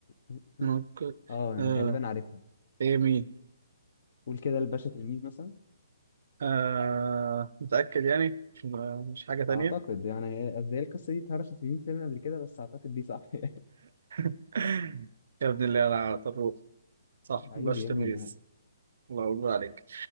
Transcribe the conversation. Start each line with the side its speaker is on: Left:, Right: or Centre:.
Left: ب-
Right: نك-
Left: اه انا
Right: آه
Left: غالبا عارفها
Right: ايه مين
Left: قول كده الباشا تلميذ مثلا
Right: آه متأكد يعني مش مش حاجة تانية
Left: اعتقد يعني هي قصدي هي القصه دي اتهرشت في 100 فيلم قبل كده بس اعتقد دي صح <laughs>
Right: <laughs> يا ابن الله أنا على طروق صح
Left: عيب
Right: باش
Left: يا
Right: تميز
Left: ابني انا
Right: الله أكبر عليك